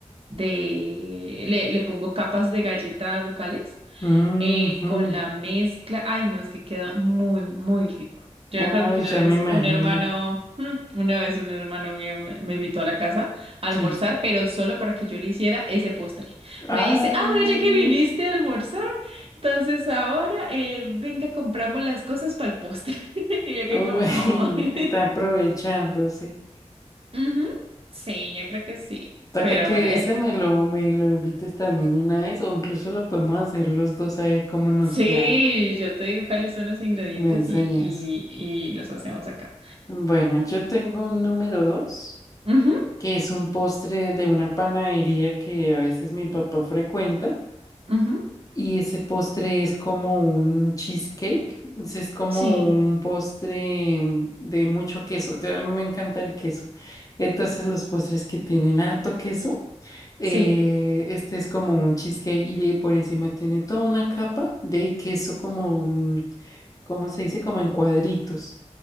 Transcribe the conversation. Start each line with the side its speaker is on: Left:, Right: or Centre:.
Right: de, le, le pongo capas de galleta Ducales
Left: ujú,
Right: eh, con la mezcla. Ay, no, es que queda muy, muy rico. Yo
Left: Ay,
Right: me acuerdo que una
Left: ya
Right: vez
Left: me imagino.
Right: un hermano, mm, una vez un hermano mío me, me invitó a la casa a almorzar,
Left: Sí.
Right: pero solo para que yo le hiciera ese postre.
Left: Ah,
Right: Me dice, ah, bueno, ya que viniste a almorzar, entonces ahora eh, venga, compramos las cosas para el postre. <laughs> Y yo que
Left: uy,
Right: como,
Left: <laughs>
Right: oh. <laughs>
Left: está aprovechándose.
Right: Ujú, Sí, yo creo que sí.
Left: Toca
Right: Pero
Left: que
Right: bueno, eh,
Left: ese me lo, me lo invites también una vez, o incluso lo podemos hacer los dos a ver cómo nos
Right: sí,
Left: queda.
Right: yo te digo cuáles son los ingredientes
Left: Y me enseñas.
Right: y, y, y los hacemos acá.
Left: Bueno, yo tengo un número dos,
Right: Ujú.
Left: que es un postre de una panadería que a veces mi papá frecuenta.
Right: Ujú,
Left: Y ese postre es como un cheesecake, ese es como
Right: Sí,
Left: un postre mm, de mucho queso, o sea, a mí me encanta el queso. Entonces los postres que tienen harto queso, eh,
Right: sí,
Left: este es como un cheesecake y le- por encima tiene toda una capa de queso como, mm, ¿cómo se dice? Como en cuadritos.